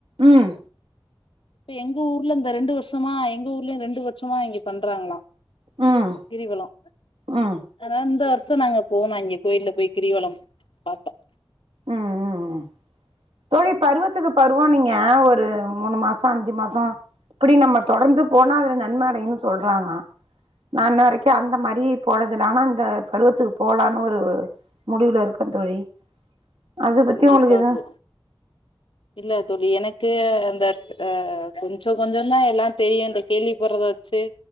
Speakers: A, on the right (about 85°); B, on the left (about 75°).
A: உம்
B: இப்ப எங்க ஊர்ல இந்த ரெண்டு வருஷமா எங்க ஊர் ரெண்டு வருஷமா இங்க பண்றாங்களாம்
A: ம்
B: கிரிவலம்
A: ம் ம்
B: ஆனா இந்த வருஷ <unintelligible> நாங்க போனம் இங்க கோயில்ல போய் கிரிவலம் பாத்தோம்
A: ம் ம் தோழி பருவத்துக்கு பரு இப்ப நீங்க ஒரு மூணு மாசம் அஞ்சு மாசம் இப்படி நம்ம தொடர்ந்து போனா அதுல நன்மை அடையும்னு சொல்றாங்க நான் இன்ன வரைக்கும் அந்த மாதிரி போனதுல ஆனா அந்த பருவத்துக்கு போலான்னு ஒரு முடிவுல இருக்கேன் தோழி அதை பத்தி
B: கண்டிப்பா
A: உங்களுக்கு எது
B: போ இல்ல தோழி எனக்கு அ கொஞ்சம் கொஞ்சம் தான் எல்லாம் தெரியும் இந்த கேள்வி படுறத சரி